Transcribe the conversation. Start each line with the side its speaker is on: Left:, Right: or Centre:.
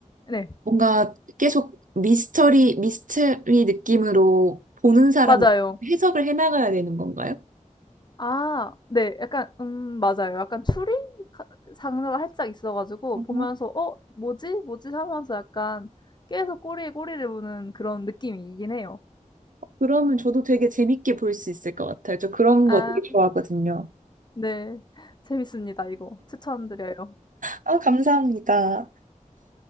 Left: 네.
Right: 뭔가 계속 미스터리, 미스터리 느낌으로 보는 사람이
Left: 맞아요.
Right: 해석을 해나가야 되는 건가요?
Left: 아 네. 약간 음 맞아요. 약간 추리 가 장르가 살짝 있어 가지고
Right: 어,
Left: 보면서 '어 뭐지? 뭐지?' 하면서 약간 계속 꼬리에 꼬리를 무는 그런 느낌이긴 해요.
Right: 그러면 저도 되게 재밌게 볼 수 있을 것 같아요. 저 그런
Left: 아
Right: 거 되게 좋아하거든요.
Left: 네. 재밌습니다 이거. 추천드려요.
Right: 아, 감사합니다.